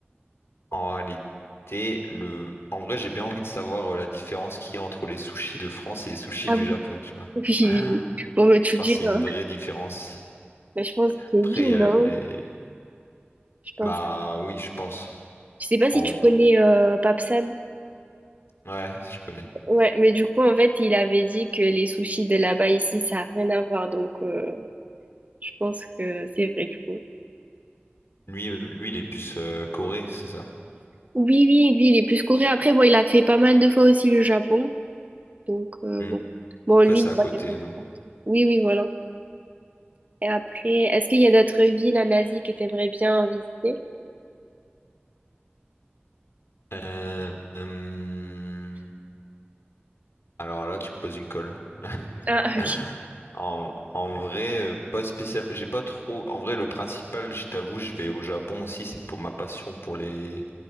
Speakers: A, on the left; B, on the right.
A: En réalité, le... en vrai, j'ai bien envie de savoir euh, la différence qu'il y a entre les sushis de France et les sushis
B: Ah
A: du
B: oui.
A: Japon,
B: <laughs>
A: tu vois.
B: Oui, oui.
A: <gasps>
B: oui. Bon, bah, tu
A: Parce
B: le diras.
A: qu'il y a une vraie différence.
B: Bah, je pense que oui,
A: Après, il y
B: non?
A: a les...
B: Je pense.
A: Bah oui, je pense.
B: Je sais pas si
A: En
B: tu
A: vrai.
B: connais euh, Papsan.
A: Ouais, je connais.
B: Ouais, mais du coup, en fait, il avait dit que les sushis de là-bas, ici, ça n'a rien à voir. Donc, euh, je pense que c'est vrai, du coup.
A: Lui, euh, lui il est plus euh, Corée, c'est ça.
B: Oui, oui, lui, il est plus coréen. Après, bon, il a fait pas mal de fois aussi le Japon. Donc, euh,
A: Hmm.
B: bon. Bon,
A: Après,
B: lui,
A: c'est
B: il
A: à
B: voyage
A: côté.
B: un
A: hein.
B: peu partout. Oui, oui, voilà. Et après, est-ce qu'il y a d'autres villes en Asie que t'aimerais bien visiter?
A: Euh, hum, Alors là, tu me poses une colle. <laughs>
B: Ah, <laughs> ok.
A: En, en vrai, euh, pas spécial. J'ai pas trop. En vrai, le principal, je t'avoue, je vais au Japon aussi. C'est pour ma passion pour les